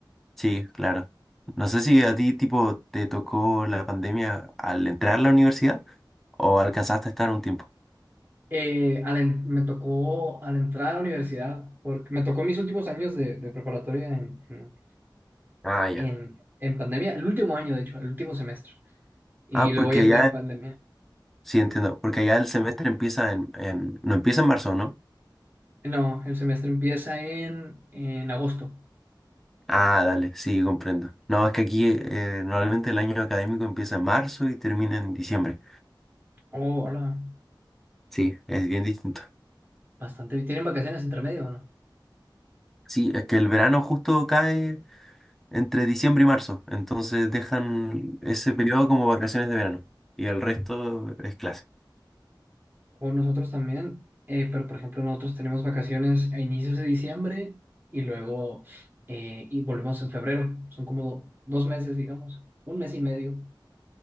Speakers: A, in the centre; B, on the right (about 25°).
A: sí, claro. No sé si a ti, tipo, te tocó la pandemia al entrar a la universidad o alcanzaste a estar un tiempo.
B: eh, al en- me tocó al entrar a la universidad, porque me tocó mis últimos años de, de preparatoria en, en,
A: Ah, ya.
B: en- en pandemia, el último año, de hecho, el último semestre. Y
A: Ah,
B: luego
A: porque
B: ya
A: allá,
B: entré en pandemia.
A: sí entiendo, porque allá el semestre empieza en, en- no empieza en marzo, ¿no?
B: No, el semestre empieza en, en agosto.
A: Ah, dale, sí, comprendo. No, es que aquí eh, normalmente el año académico empieza en marzo y termina en diciembre.
B: Oh, hola.
A: Sí, es bien distinto.
B: Bastante. ¿Tienen vacaciones entre medio o no?
A: Sí, es que el verano justo cae entre diciembre y marzo, entonces dejan ese periodo como vacaciones de verano y el resto es clase.
B: O nosotros también, eh, pero por ejemplo nosotros tenemos vacaciones a inicios de diciembre y luego eh, y volvemos en febrero. Son como do- dos meses, digamos, un mes y medio.